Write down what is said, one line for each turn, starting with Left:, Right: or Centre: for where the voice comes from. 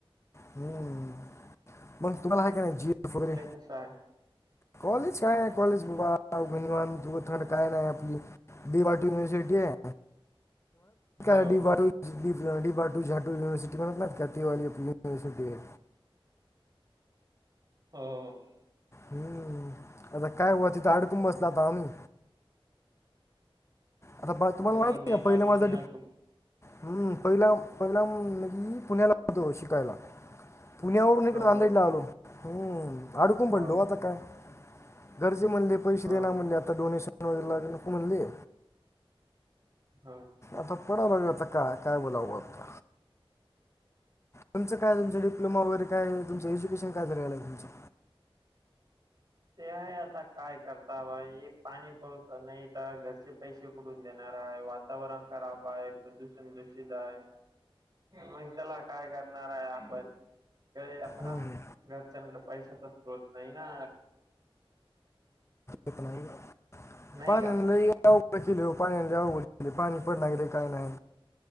Left: हम्म मग तुम्हाला आहे काय नाही जीएफ वगैरे
Right: हाय
Left: कॉलेज काय आहे कॉलेज बघ तु थंड काय नाही आपली डि वाय टी यूनिवर्सिटी आहे <unintelligible>
Right: हो
Left: डीू झाटू युनिवर्सिटी म्हणत का <unintelligible> डी वाय टी युनिव्हर्सिटी आहे
Right: हो
Left: हम्म आता काय हो तिथं अडकून बसला आता आम्ही आता बाळ तुम्हाला
Right: हो
Left: वाटतं
Right: डी
Left: आहे का पहिल्या
Right: बाटून
Left: माझा
Right: झाटू
Left: हम्म पहिला पहिला मी पुण्याला होतो शिकायला पुण्यावरून इकडे
Right: हो
Left: नांधेडला
Right: हो
Left: आलो हम्म अडुकून पडलो
Right: हो
Left: आता काय गरजे म्हणले पैसे
Right: हो
Left: देणार म्हणले आता डोनेशन वगैरे लाग म्हणले
Right: हा
Left: आता पडाला मी आता का काय बोलावं होत तुचं कायुमच डिप्ोमा वगैरेयुमं एज्युेशन काय झारायलं आहेुमं
Right: ते आहे आता काय करता बा हे पाणी पवत नाही तर घरचे पैसे उडून देणार आहे वातावरण खराब आहे प्रदूषण दूषित आहे मग त्याला काय करणार आहे आपण काय आता
Left: हम्म,
Right: घरच्यांकडे पैसा तर होत नाही ना
Left: ेत नाही
Right: नाही
Left: पाण्या
Right: का
Left: अवड केले पाण्या अवघड केले पाणी पड नाही गले काय नाही